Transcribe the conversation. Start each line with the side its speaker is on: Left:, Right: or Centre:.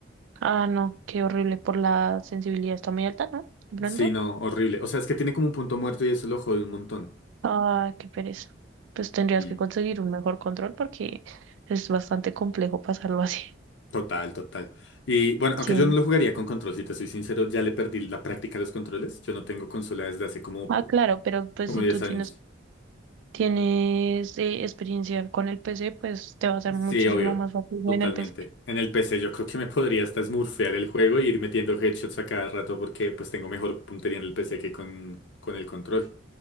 Right: Ah, no, qué horrible por la sensibilidad. Está muy alta, ¿no? De pronto.
Left: Sí, no, horrible. O sea, es que tiene como un punto muerto y eso lo jode un montón.
Right: Ah, qué pereza. Pues tendrías
Left: Y
Right: que conseguir un mejor control porque es bastante complejo pasarlo así. <laughs>
Left: total, total. Y bueno, aunque
Right: Sí.
Left: yo no lo jugaría con control, si te soy sincero, ya le perdí la práctica a los controles. Yo no tengo consola desde hace como,
Right: Ah, claro, pero pues
Left: como
Right: si
Left: 10
Right: tú tienes,
Left: años.
Right: tienes eh, experiencia con el PC, pues te va a ser muchísimo
Left: Sí, obvio.
Right: más fácil
Left: Totalmente.
Right: en el PC.
Left: En el PC yo creo que me podría hasta smurfear el juego y ir metiendo headshots a cada rato porque pues tengo mejor puntería en el PC que con, con el control.